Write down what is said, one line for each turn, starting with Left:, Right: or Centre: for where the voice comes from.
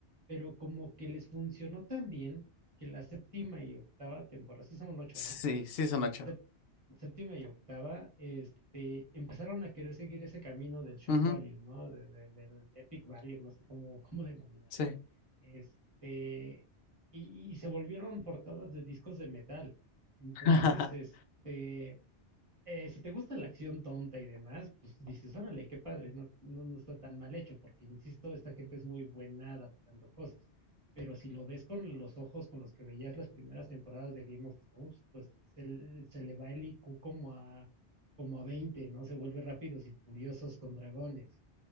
Right: Pero como que les funcionó tan bien que la séptima y octava temporada, sí son ocho,
Left: Sí,
Right: ¿no?
Left: sí son ocho.
Right: Sep- séptima y octava, este, empezaron a querer seguir ese camino del shock
Left: Ujú,
Right: value, ¿no? De- de- del epic value, no sé cómo, cómo denominarlo.
Left: sí.
Right: Este, y, y se volvieron portadas de discos de metal. Entonces,
Left: <laughs>
Right: este, eh, si te gusta la acción tonta y demás, pues dices, órale, qué padre, no, no, no está tan mal hecho, porque insisto, esta gente es muy buena adaptando cosas. Pero si lo ves con los ojos con los que veías las primeras temporadas de Game of Thrones, pues se, l- se le va el IQ como a, como a 20, ¿no? Se vuelve rápidos y furiosos con dragones.